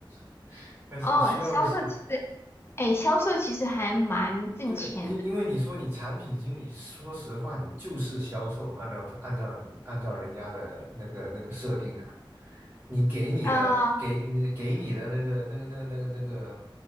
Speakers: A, on the right; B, on the left.
A: <laughs> 但是需要的是。
B: 哦，销售其实，哎，销售其实还蛮挣钱的，
A: 对，因因为你说你产品经理，说实话，你就是销售，按照他按照你按照人家的那个那个设定啊，你给你的给你给你的那个那个那个那个那个
B: 呃，